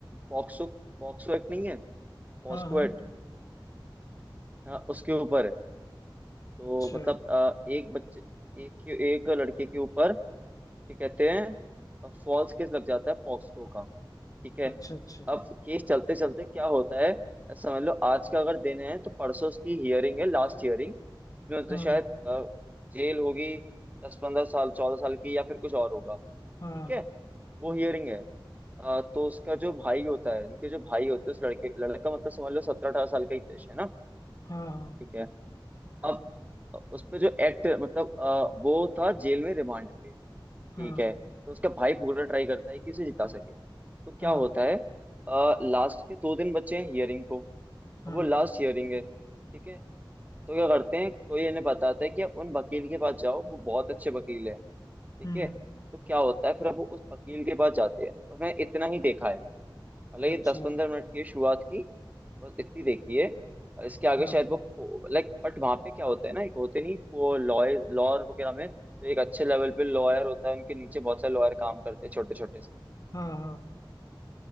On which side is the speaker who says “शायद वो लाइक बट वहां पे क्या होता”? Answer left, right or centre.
Right